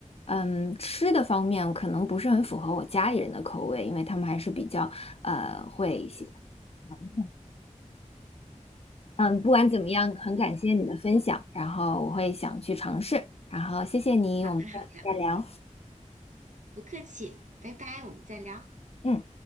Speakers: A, on the left (about 50°); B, on the right (about 70°).
A: 嗯，吃的方面可能不是很符合我家里人的口味，因为他们还是比较呃会喜欢。嗯，不管怎么样，很感谢你的分享，然后我会想去尝试，然后谢谢你，
B: 好的好的，
A: 我们下次再聊。
B: 不客气，拜拜，我们再聊。
A: 嗯。